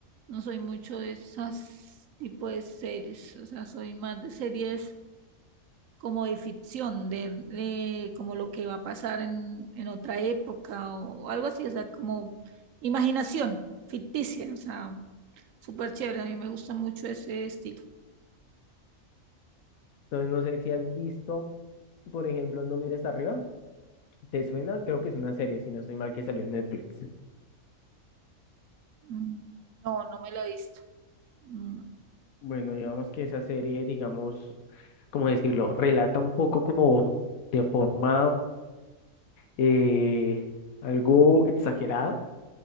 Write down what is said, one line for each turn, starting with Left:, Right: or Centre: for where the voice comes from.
Right: no soy mucho de esas tipo de series, o sea, soy más de series como de ficción, de, de como lo que va a pasar en, en otra época o, o algo así, o sea, como imaginación ficticia, o sea, súper chévere, a mí me gusta mucho ese estilo.
Left: Entonces, no sé si has visto, por ejemplo, No mires arriba. ¿Te suena? Creo que es una serie, si no estoy mal, que salió en Netflix.
Right: Mm, No, no me la he visto. Mm,
Left: Bueno, digamos que esa serie, digamos, ¿cómo decirlo? Relata un poco como de forma eh, algo exagerada